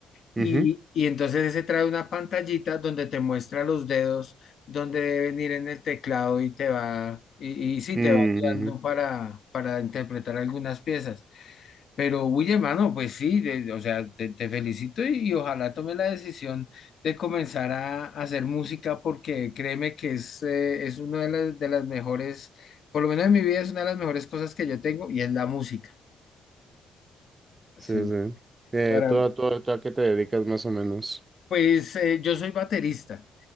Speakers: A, on the left (about 60°); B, on the right (about 25°).
A: Y,
B: mhm
A: y entonces ese trae una pantallita donde te muestra los dedos, donde deben ir en el teclado y te va, y, y sí,
B: mhm
A: te va
B: mhm
A: guiando para, para interpretar algunas piezas. Pero, uy, hermano, pues sí, de- o sea, te, te felicito y, y ojalá tome la decisión de comenzar a, a hacer música porque créeme que es, eh, es una de las, de las mejores, por lo menos en mi vida es una de las mejores cosas que yo tengo y es la música.
B: Sí,
A: Sí,
B: sí. Eh,
A: para,
B: ¿tú, a- tú, a tú a qué te dedicas más o menos?
A: pues eh, yo soy baterista.